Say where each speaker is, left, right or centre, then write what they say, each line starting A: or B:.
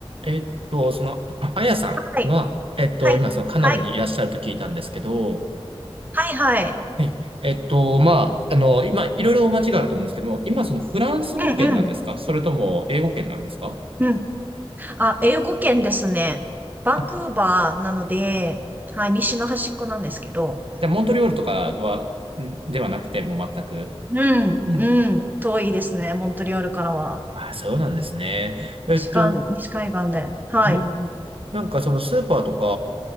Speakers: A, on the right; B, on the right.
A: えっと、その、あやさんは、
B: はい。
A: えっと、
B: はい。
A: 今、そのカナダにいらっしゃると聞いたんですけど、
B: はい。はいはい。
A: はい。えっと、まあ、あの、今、いろいろお間違いあると思うんですけども、今、そのフランス語圏なんですかそれとも英語圏なんですか
B: うんうん。うん。あ、英語圏ですね。バンクーバーなので、
A: あ、
B: はい、西の端っこなんですけど。
A: じゃあ、モントリオールとかは、んではなくて、もう全く。
B: うん。
A: うん
B: うん。遠いですね。モントリオールからは。
A: あ、そうなんですね。
B: 西か、
A: えっと、
B: 西海岸で。はい。
A: おーなんかそのスーパーとか、